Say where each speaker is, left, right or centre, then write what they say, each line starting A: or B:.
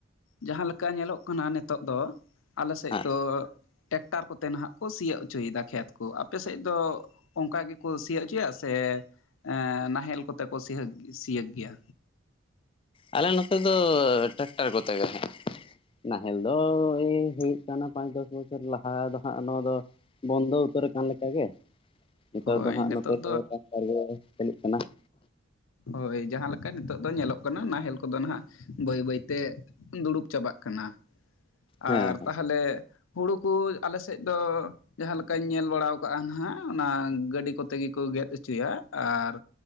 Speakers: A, on the left; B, on the left.
A: ᱡᱟᱦᱟᱸ ᱞᱮᱠᱟ ᱧᱮᱞᱚᱜ ᱠᱟᱱᱟ ᱱᱮᱛᱚᱜ ᱫᱚ ᱟᱞᱮ ᱥᱮᱫ
B: ᱦᱮᱸ
A: ᱫᱚ ᱴᱮᱠᱴᱟᱨ ᱠᱚᱛᱮ ᱱᱟᱦᱟᱜ ᱠᱚ ᱥᱤᱭᱳᱜ ᱚᱪᱚᱭᱮᱫᱟ ᱠᱷᱮᱛ ᱠᱚ ᱟᱯᱮᱥᱮᱫ ᱫᱚ ᱚᱱᱠᱟ ᱜᱮᱠᱚ ᱥᱤᱭᱳᱜ ᱦᱚᱪᱚᱭᱟ ᱥᱮ ᱮᱸ ᱱᱟᱦᱮᱞ ᱠᱚᱛᱮ ᱠᱚ ᱥᱤᱦᱟᱜ ᱥᱤᱭᱳᱜ ᱜᱮᱭᱟ?
B: ᱟᱞᱮ ᱱᱚᱛᱮ ᱫᱚ ᱴᱟᱠᱴᱟᱨ ᱠᱚᱛᱮ ᱜᱮ ᱦᱟᱸᱜ, ᱱᱟᱦᱮᱞ ᱫᱚ ᱮᱭ ᱦᱩᱭᱩᱜ ᱠᱟᱱᱟ ᱯᱟᱸᱪ ᱫᱚᱥ ᱵᱚᱪᱷᱚᱨ ᱞᱟᱦᱟ ᱫᱚ ᱦᱟᱸᱜ ᱱᱚᱣᱟ ᱫᱚ ᱵᱚᱱᱫᱚ ᱩᱛᱟᱹᱨ ᱟᱠᱟᱱ ᱞᱮᱠᱟ ᱜᱮ, ᱱᱮᱛᱟᱨ
A: ᱦᱳᱭ
B: ᱫᱚ ᱦᱟᱸᱜ
A: ᱱᱤᱛᱚᱜ
B: ᱱᱚᱛᱮ ᱫᱚ ᱴᱟᱠᱴᱟᱨ ᱜᱮ ᱪᱟᱞᱩᱜ ᱠᱟᱱᱟ ᱾
A: ᱦᱳᱭ ᱡᱟᱦᱟᱸ ᱞᱮᱠᱟ ᱱᱤᱛᱚᱜ ᱫᱚ ᱧᱮᱞᱚᱜ ᱠᱟᱱᱟ ᱱᱟᱦᱮᱞ ᱠᱚᱫᱚ ᱱᱟᱦᱟᱜ ᱵᱟᱹᱭ ᱵᱟᱹᱭ ᱛᱮ ᱫᱩᱲᱩᱵ ᱪᱟᱵᱟᱜ ᱠᱟᱱᱟ ᱾ ᱟᱨ
B: ᱦᱮᱸ
A: ᱛᱟᱦᱚᱞᱮ ᱦᱩᱲᱩ ᱠᱚ ᱟᱞᱮ ᱥᱮᱫ ᱫᱚ ᱡᱟᱦᱟᱸ ᱞᱮᱠᱟᱧ ᱧᱮᱞ ᱵᱟᱲᱟᱣ ᱠᱟ ᱦᱟᱜ ᱚᱱᱟ ᱜᱟᱹᱰᱤ ᱠᱚᱛᱮ ᱜᱮᱠᱚ ᱜᱮᱫ ᱦᱚᱪᱚᱭᱟ ᱟᱨ